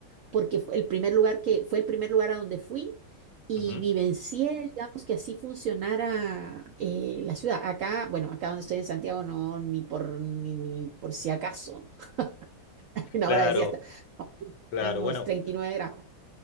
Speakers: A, on the right (about 80°); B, on the left (about 75°).
A: porque fue el primer lugar que, fue el primer lugar a donde fui y
B: Ujú.
A: vivencié, digamos, que así funcionara eh, la ciudad. Acá, bueno, acá donde estoy en Santiago, no, ni por, ni, ni por si acaso, <laughs> una
B: Claro,
A: hora decía hasta,
B: claro,
A: digamos,
B: bueno,
A: 39 grados.